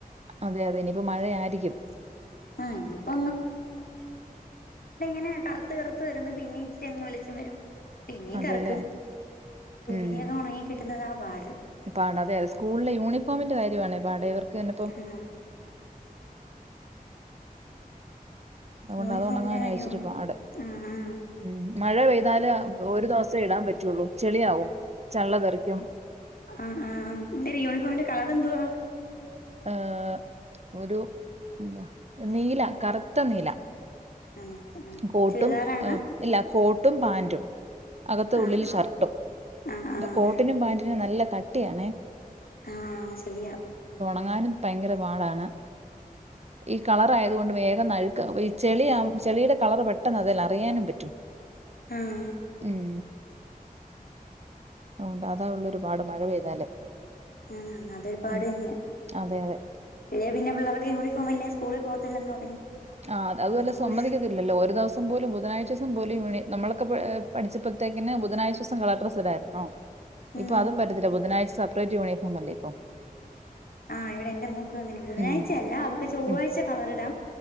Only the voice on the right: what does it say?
അതെ അതെ ഇനിപ്പോ മഴ ആരിക്കും
അതെല്ലേ
ഉം
പാട അതെ അതെ സ്കൂളിലെ യൂണിഫോമിന്റെ കാര്യമാണെ പാട് ഇവർക്കിപ്പം
അതുകൊണ്ട്
അത് ഉണങ്ങാനാ
ഇച്ചിരി പാട്
ഉം മഴ പെയ്താല് അ ഒരു ദിവസേ ഇടാൻ പറ്റൂള്ളൂ ചെളിയാവും ചള്ള തെറിക്കും.
ഏർ ഒരു എന്താ നീല കറുത്ത നീല.
കോട്ടും
ഇ ഇല്ല. കോട്ട് ട്ടും പാന്റും. അകത്തു
ഉള്ളില്
ഷർട്ടും.
അപ്പൊ
കോട്ടിനും പാൻ്റിനു നല്ല കട്ടിയാണേ.
അന്നാലും ഭയങ്കര പാടാണ്. ഈ കളർ ആയത് കൊണ്ട് വേഗം നഴുക്ക ഈ ചെളിയാ ചെളിയുടെ കളർ പെട്ടെന്ന് അതെല്ല അറിയാനും പറ്റും.
ഉം അതുകൊണ്ട് അതാ ഉള്ള ഒരുപാട് മഴ പെയ്താല്.
ഉം
അതെ അതെ
ആഹ് അതുവല്ല
സമ്മതിക്കത്തില്ലോ. ഒരു ദിവസം പോലും ബുധനാഴ്ച ദിവസം പോലും യുണി നമ്മളൊക്കെ പഠിച്ചപ്പൊത്തേക്കിന്ന ബുധനാഴ്ച്ച ദിവസം കളർ ഡ്രെസ്സിടാരുന്നോ? ഇപ്പൊ
അതും പറ്റത്തില്ല. ബുധനാഴ്ച സെപ്പറേറ്റ് യൂണിഫോം അല്ലേ ഇപ്പൊ.
ഉം
ഉം